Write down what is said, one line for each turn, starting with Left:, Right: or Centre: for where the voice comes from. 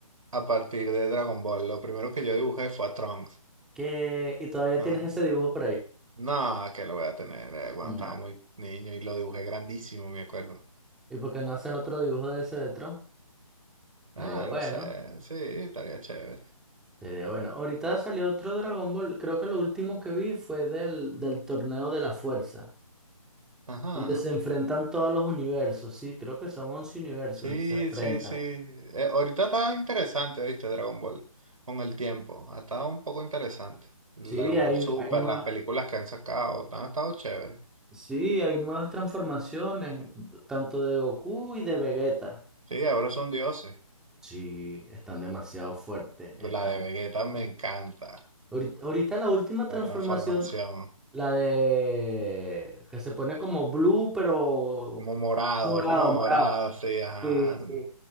Right: a partir de Dragon Ball. Lo primero que yo dibujé fue a Trunks.
Centre: que... Y todavía
Right: Ah,
Centre: tienes ese dibujo por ahí.
Right: No, que lo voy a tener eh, cuando
Centre: Ya.
Right: estaba muy niño y lo dibujé grandísimo, me acuerdo.
Centre: ¿Y por qué no haces otro dibujo de ese de Tron? Sería
Right: Ah,
Centre: bueno,
Right: no sé. Sí, estaría chévere.
Centre: sería bueno. Ahorita salió otro Dragon Ball. Creo que lo último que vi fue del, del torneo de la fuerza,
Right: Ajá.
Centre: donde se enfrentan todos los universos. Sí, creo que son 11 universos
Right: Sí,
Centre: y se enfrentan.
Right: sí, sí. Eh, ahorita está interesante, ¿viste? Dragon Ball. Con el tiempo. Ha estado un poco interesante. El
Centre: Sí,
Right: Dragon
Centre: hay,
Right: Ball Super,
Centre: hay nuevas,
Right: las películas que han sacado, han estado chéveres.
Centre: sí, hay nuevas transformaciones, tanto de Goku y de Vegeta.
Right: Sí, ahora son dioses.
Centre: Sí, están demasiado fuertes. Están...
Right: La de Vegeta me encanta.
Centre: Ahorita, ahorita la última transformación,
Right: La transformación.
Centre: la de que se pone como blue, pero
Right: Como morado,
Centre: morado,
Right: es como
Centre: morado.
Right: morado, sí, ajá.
Centre: Sí, sí.